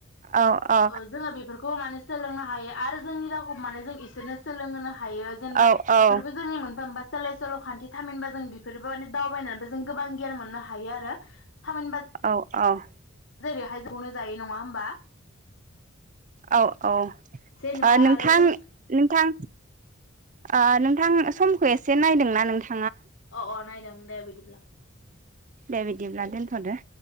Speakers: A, on the right; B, on the left.
A: औ औ
B: ओ जोङो बेफोरखौ माने सोलोंनो हायो आरो जोंनि राव एखौ मानेजों इसोरनो सोलोहोनो ह हायो जेनेबा
A: औ
B: बेफोरबो जोंनि मोनफा मोनबा स सलखान्थि थामिनबा जों बेफोरबो माने दावबायनानैबो जों गोबां गियान मोननो हायो आरो थामिनबा जो
A: औ औ
B: जेरैहाय जनो जायै नङा होमबा?
A: औ औ
B: जेनेबा
A: ओ नोंथां
B: आरो जों
A: नोंथां ओ नोंथां समखौ एसे नायदोंना नोंथां?
B: अ अ नायदों दे बि बिदिब्ला
A: दे बिदिब्ला दोनथदो